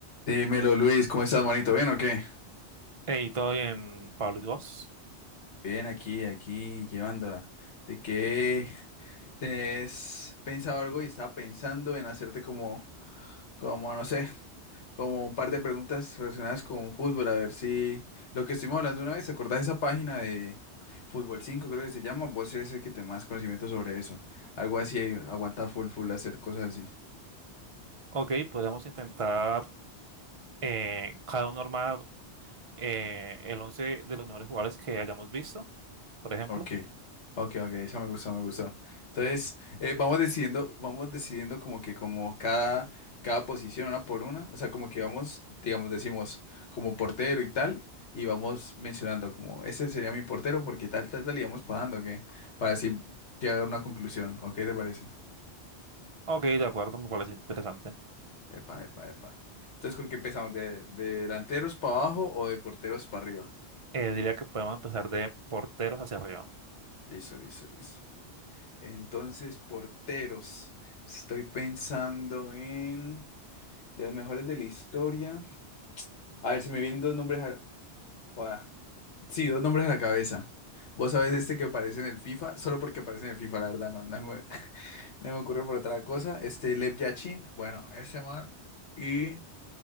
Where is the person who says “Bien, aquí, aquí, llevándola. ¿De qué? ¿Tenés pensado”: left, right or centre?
Left